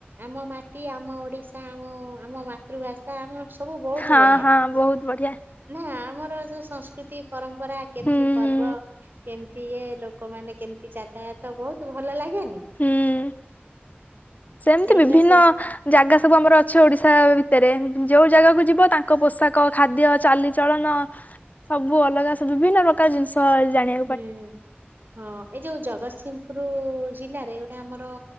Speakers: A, on the right (about 55°); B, on the left (about 40°).
A: ଆମ ମାଟି ଆମ ଓଡ଼ିଶା ଆମ ଆମ ମା ମାତୃଭାଷା ଆମର ସବୁ ବୋହୁତ୍
B: ହଁ
A: ବଢ଼ିଆ।
B: ହଁ ବୋହୁତ୍ ବଢ଼ିଆ।
A: ନା ଆମର ଯୋଉଁ ସଂସ୍କୃତି ପରମ୍ପରା କେମିତି
B: ହୁଁ
A: ପର୍ବ।
B: ହୁଁ
A: କେମିତି ଇଏ ଲୋକମାନେ କେମିତି ଯାତାୟାତ ବୋହୁତ୍ ଭଲ ଲାଗେନି?
B: ହୁଁ, ସେମିତି
A: ସେଇଠି
B: ବିଭିନ୍ନ
A: ବା ସେ
B: ଜାଗା ସବୁ ଆମର ଅଛି ଓଡ଼ିଶା ଭିତରେ ଯୋଉଁ ଜାଗାକୁ ଯିବ ତାଙ୍କ ପୋଷାକ, ଖାଦ୍ୟ ଚାଲିଚଳନ ସବୁ ଅଲଗା ସବୁ ବିଭିନ୍ନ ପ୍ରକାର ଜିନିଷ୍ ଷ ଜାଣିବା
A: ହୁଁ ହଁ ଏଇ ଯୋଉଁ ଜଗତସିଂହପୁର ଜିଲ୍ଲାରେ ଗୋଟେ ଆମର।